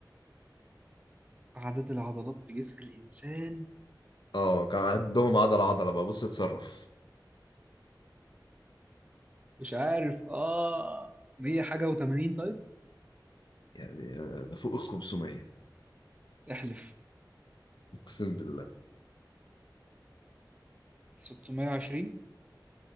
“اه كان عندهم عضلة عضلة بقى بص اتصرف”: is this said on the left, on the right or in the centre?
Left